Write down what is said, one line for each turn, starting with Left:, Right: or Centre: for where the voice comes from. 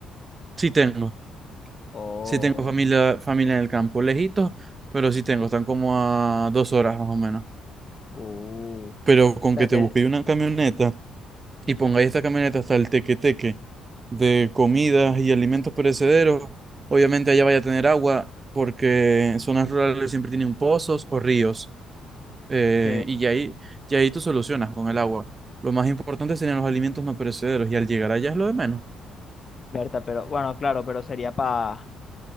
Right: Sí tengo.
Left: Oh,
Right: Sí tengo familia, familia en el campo, lejitos, pero sí tengo, están como a dos horas más o menos.
Left: uh. O
Right: Pero con
Left: sea
Right: que te
Left: que,
Right: busquéis una camioneta y pongáis esta camioneta hasta el teque-teque de comidas y alimentos perecederos, obviamente allá vaya a tener agua, porque en zonas rurales siempre tienen pozos o ríos, eh,
Left: eh,
Right: y ya ahí, ya ahí tú solucionas con el agua. Lo más importante serían los alimentos no perecederos, y al llegar allá es lo de menos.
Left: Berta, pero bueno, claro, pero sería pa,